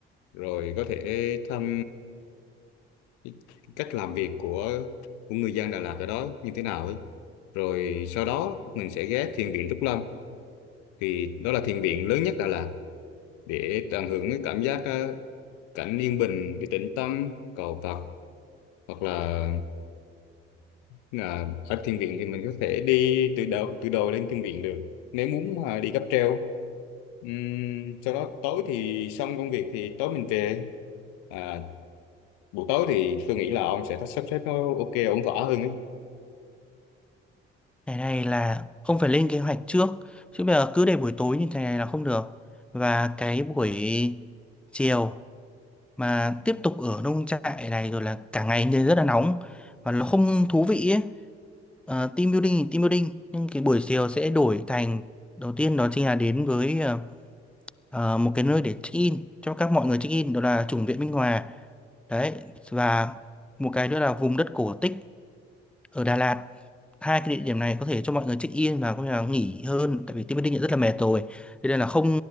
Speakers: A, on the left (about 65°); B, in the centre.
A: rồi có thể thăm cái cái cách làm việc của của người dân Đà Lạt ở đó như thế nào ấy rồi sau đó mình sẽ ghé thiền viện Trúc Lâm thì đó là thiền viện lớn nhất Đà Lạt để tận hưởng cái cảm giác ờ, cảnh yên bình để tĩnh tâm cầu Phật hoặc là là ở thiền viện thì mình có thể đi từ đầu từ đầu lên thiền viện được nếu muốn mà đi cáp treo Ừm, sau đó tối thì xong công việc thì tối mình về à, buổi tối thì tôi nghĩ là ông sẽ sắp xếp nó ok ổn thỏa hơn ấy.
B: cái này là không phải lên kế hoạch trước chứ bây giờ cứ để buổi tối như thế này là không được và cái buổi chiều mà tiếp tục ở nông trại này rồi là cả ngày nên rất là nóng và nó không thú vị ấy Ờ, team building thì team building nhưng cái buổi chiều sẽ đổi thành đầu tiên đó chính là đến với ờ, ờ, một cái nơi để check in cho các mọi người check in đó là chủng viện Minh Hòa đấy và một cái nữa là vùng đất cổ tích ở Đà Lạt hai cái địa điểm này có thể cho mọi người check in và có thể là nghỉ hơn tại vì Tiên Bất Định rất là mệt rồi thế nên là không